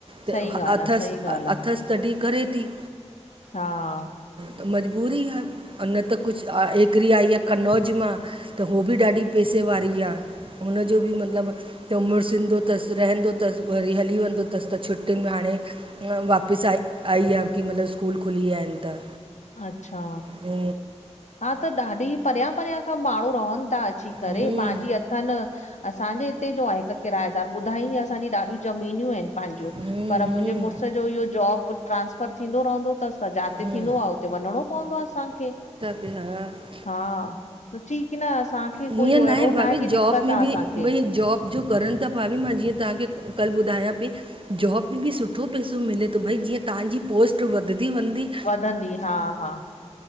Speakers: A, on the right; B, on the left.
A: त
B: सही ॻाल्हि
A: अथस,
B: आ सही ॻाल्हि
A: अथस तॾिह करे थी।
B: हा
A: त मजबूरी हा, न त कुझु अाऐ छोकिरी आई आ कनौज मां, त उहो बि ॾाढी पेसे वारी आ, हुनजो बि मतिलबु त मुर्स ईंदो थसि, रहंदो थसि, वरी हली वेंदो थसि त छुटियुनि में हाणे वापिस आई आईया की मतिलब स्कूल खुली विया आहिनि त
B: अच्छा
A: हू
B: हा त ॾाढी परियां परियां खां माण्हू रहनि था अची करे,
A: हम्म
B: पांजी अ थनि असांजे हिते जो आहे हिकु किरायेदार ॿुधाईंदी असांजी ॾाढी ज़मीनियूं आहिनि पंहिंजूं,
A: हम्म
B: पर मुंहिंजे
A: हम्म
B: मुड़ुस जो इहो जॉब ट्रांसफर थींदो रहंदो तस त जाते
A: हम्म
B: थींदो आ, उते वञणो पवंदो आ असांखे
A: <unintelligible>
B: हा सची की न असांखे
A: हीअं
B: कोई अहिड़ो
A: आहे भाभी
B: न आ, की
A: जॉब
B: दिक़त
A: में
B: आ
A: बि
B: असांखे
A: भई जॉब जो करनि था भाभी मां जीअं तव्हांखे कल्ह ॿुधायां पई जॉब में बि सुठो पैसो मिले थो भई जीअं तहांजी पोस्ट वधदी वेंदी
B: वधंदी हा हा